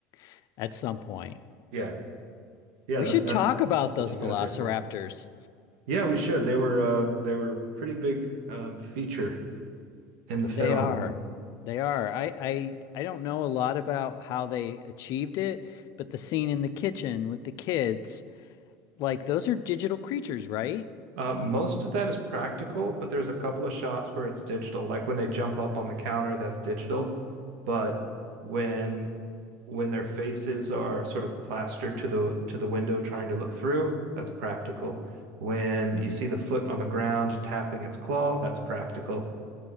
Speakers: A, on the left (about 60°); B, on the right (about 75°).
A: <laughs> at some point.
B: Yeah. Yeah,
A: We
B: that's
A: should
B: that's
A: talk about
B: that's
A: those
B: what you
A: velociraptors.
B: got there for. Yeah, we should. They were uh they were a pretty big um feature in the film.
A: They are. They are. I, I I don't know a lot about how they achieved it, but the scene in the kitchen with the kids, like those are digital creatures, right?
B: Uh most of that is practical, but there's a couple of shots where it's digital. Like when they jump up on the counter, that's digital. But when when their faces are sort of plastered to the to the window trying to look through, that's practical. When you see the foot on the ground tapping its claw, that's practical.